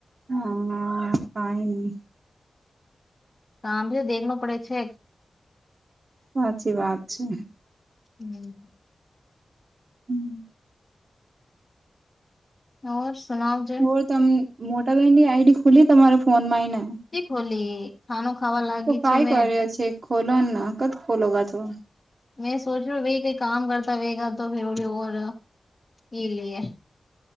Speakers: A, on the right; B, on the left.
A: હમ્મ કઈ નહી.
B: તો આ ભી તો દેખ પડે છે.
A: સાચી વાત છે.
B: હમ
A: હમ
B: ઓર સુનાવ. જે
A: વો તમ મોટાભાઈ ની આઈડી ખુલી તમારે ફોન માંય ને?
B: તી ખોલી. ખાનો ખાવા લાગી
A: કાઈ
B: છે મેં.
A: કર્યો છે ખોલો ના કદ ખોલોગા તો
B: મેં સોચું ભાઈ કોઈ કામ કરતા વેગા તો ફર ઓર લે લિયે.